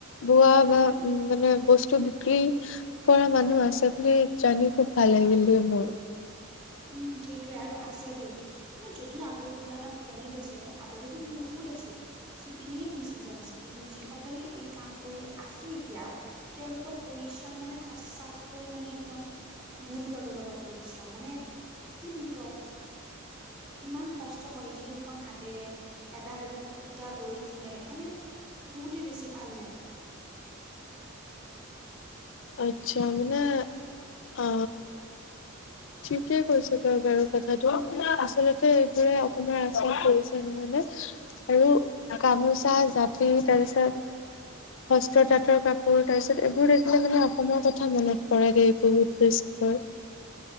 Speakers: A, on the left (about 65°); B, on the right (about 25°).
A: বোৱা বা উম মানে বস্তু বিক্ৰী কৰা মানুহ আছে বুলি জানি খুব ভাল লাগিল দেই মোৰ
B: উম সেইটোৱে আৰু আছে দেই মানে যদিও আগৰ তুলনাত কমি গৈছে আগতেতো বহুত আছিল শিপিনীয়ে বুইছিল গামোচা কিন্তু যি সকলে এই কাম কৰি আছে এতিয়াও তেওঁলোকৰ পৰিশ্ৰম মানে সচাকৈ মানে একদম গুণ গাব লগা পৰিশ্ৰম মানে কি বুলি কওঁ ইমান কষ্ট কৰে সেই দুখন হাতেৰে এডাল এডাল সূতা লৈ কিনে মানে বহুতে বেছি ভাল লাগে
A: আচ্ছা মানে অ ঠিকে কৈছ হয় বাৰু কথাটো আচলতে এইবোৰে অসমৰ আচত পৰিচয় নহয় নে আৰু গামোচা, জাপি, তাৰপিছত হস্ত তাঁতৰ কাপোৰ তাৰপিছত এইবোৰ দেখিলে মানে অসমৰ কথা মনত পৰে দেই বহুত বেছি মোৰ